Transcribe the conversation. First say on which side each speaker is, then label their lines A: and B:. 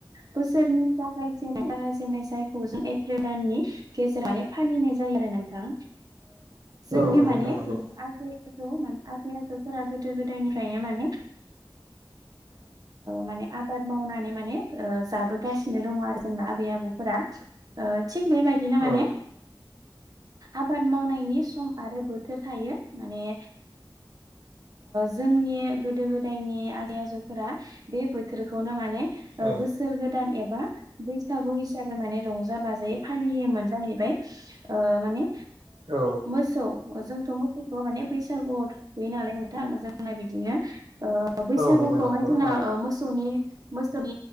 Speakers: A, on the right (about 45°); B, on the right (about 80°).
A: बोसोरनि जागायजेननाय जागायजेननाय जायगायाव जों एप्रिल दाननि गेजेराव माने फालिनाय जायो आरो नोंथां जोंनि
B: औ नंगौ
A: माने
B: नोंथां
A: आ
B: नंगौ
A: <unintelligible> आजैय आजौ फोरा गोदो गोदायनिफ्रायनो माने माने आबाद मावनानै माने जाबोगासिनो दङ आरो जोंना आबै आबौफोरा थिग बेबायदिनो
B: औ
A: माने आबाद मावनायनि सम आरो बोथोर थायो माने जोंनि गोदो गोदायनि आजै आजौफोरा बे बोथोरखौनो माने
B: औ
A: बोसोर गोदान एबा बैसागु हिसाबै माने रंजा बाजायै फालियोमोन जाहैबाय माने
B: औ
A: मोसौ जोंथ' मोसौखौ माने बैसागु गैय नालाय नोंथां जोंना बिदिनो बैसागुखौहाय
B: नंगौ नोंथां नंगौ
A: जोंना
B: औ
A: मोसौनि म